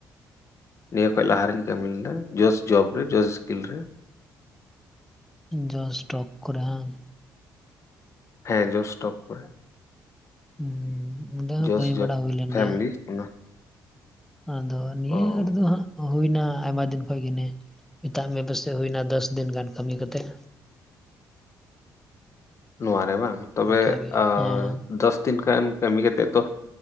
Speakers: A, on the left (about 40°); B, in the centre.
A: ᱱᱤᱭᱟᱹ ᱠᱷᱚᱡ ᱞᱟᱦᱟ ᱨᱮᱧ ᱠᱟᱹᱢᱤ ᱞᱮᱫᱟ ᱡᱳᱥ ᱡᱚᱵ ᱨᱮ ᱡᱚᱥ ᱤᱥᱠᱤᱞ ᱨᱮ
B: ᱡᱳᱥ ᱴᱚᱞᱠ ᱠᱚᱨᱮ ᱦᱚᱸ
A: ᱦᱮᱸ ᱡᱳᱥ ᱴᱞᱚᱠ ᱠᱚᱨᱮ
B: ᱦᱸ ᱚᱸᱰᱮ ᱦᱚᱸ
A: ᱡᱚᱥ
B: ᱠᱟᱹᱢᱤ
A: ᱡᱚᱵ
B: ᱵᱟᱲᱟ ᱦᱩᱭᱞᱮᱱ
A: ᱯᱷᱮᱢᱮᱞᱤ
B: ᱜᱮᱭᱟ
A: ᱚᱱᱟ
B: ᱟᱫᱚ ᱱᱤᱭᱟᱹ
A: ᱚ
B: ᱦᱟᱴ ᱫᱚ ᱦᱟᱸᱜ ᱦᱩᱭᱱᱟ ᱟᱭᱢᱟ ᱫᱤᱱ ᱠᱷᱚᱡ ᱜᱮ ᱢᱟᱱᱮ ᱢᱮᱛᱟᱜ ᱢᱮ ᱯᱟᱥᱮᱡ ᱦᱩᱭ ᱮᱱᱟ ᱫᱚᱥ ᱫᱤᱱ ᱜᱟᱱ ᱠᱟᱹᱢᱤ ᱠᱟᱛᱮᱫ
A: ᱱᱚᱣᱟᱨᱮ ᱵᱟᱝ ᱛᱚᱵᱮ
B: ᱚᱱᱠᱟᱜᱮ
A: ᱟ
B: ᱦᱮᱸ
A: ᱫᱚᱥ ᱫᱤᱱ ᱜᱟᱱ ᱠᱟᱹᱢᱤ ᱠᱟᱛᱮᱫ ᱫᱚ